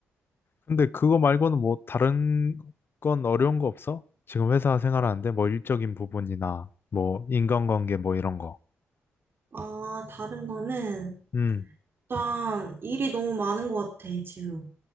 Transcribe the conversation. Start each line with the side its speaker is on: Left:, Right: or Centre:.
Left: 근데 그거 말고는 뭐 다른 건 어려운 거 없어? 지금 회사 생활하는데 뭐 일적인 부분이나 뭐 인간관계 뭐 이런 거.
Right: 아, 다른 거는
Left: 음.
Right: 일단 일이 너무 많은 것 같아, 지금.